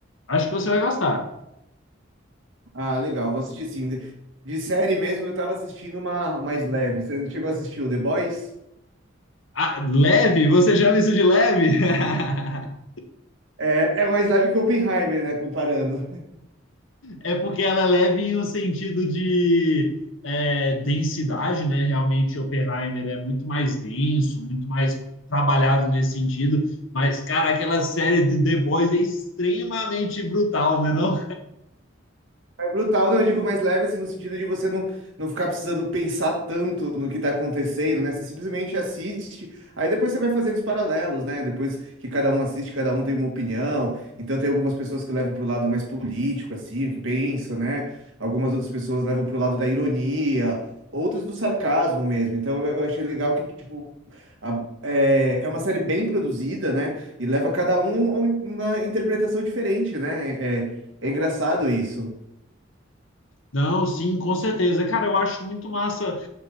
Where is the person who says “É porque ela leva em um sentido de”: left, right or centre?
Left